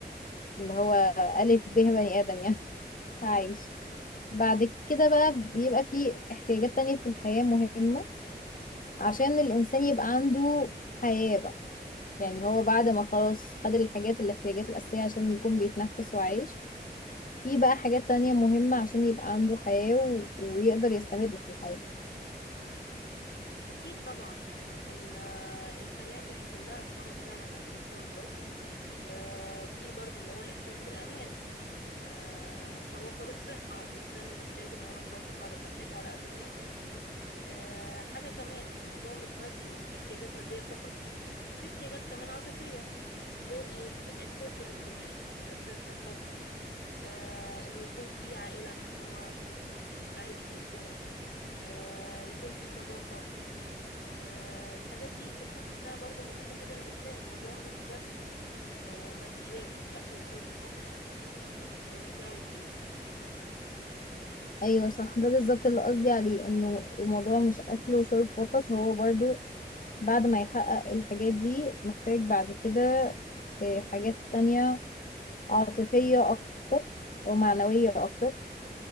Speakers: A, on the left (about 50°); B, on the left (about 85°).
A: اللي هو الف ب بني ادم يعني <laughs> عايش بعد كده بقى بيبقى فيه احتياجات تانية في الحياة مهمة عشان الإنسان يبقى عنده حياة بقى يعني هو بعد ما خلاص خد الحاجات الاحتياجات الأساسية عشان يكون بيتنفس وعايش في بقى حاجات تانية مهمة عشان يبقى عنده حياة و... ويقدر يستمر في الحياة
B: أكيد طبعا ال- الحياة مش كلها مجرد فعلا أكل وشرب بس آه، في برضو اللي هو الإحساس بالأمان آه، توافر الصحة الإنسان محتاج إن هو يحافظ على صحته على قد ما يقدر آه، حاجة كمان الموضوع مش مد... يعني مش احتياجات مادية فقط في احتياجات كمان عاطفية زي الإيه الإحساس بالانتماء الإحساس بالحب آه، إنه يكون في عائلة هو من... عايش في وسطهم آه، يكون في صداقة آه، الحاجات دي بتبقى بحسها برضو مهمة جدا للإنسان الموضوع مش بس آه، ماديات أكل وشرب فقط ولا أنت رأيك إيه؟
A: أيوة صح ده بالظبط اللي قصدي عليه إنه الموضوع مش أكل وشرب فقط هو برضو بعد ما يحقق الحاجات دي محتاج بعد كده آه، حاجات تانية عاطفية أكتر أو معنوية أكتر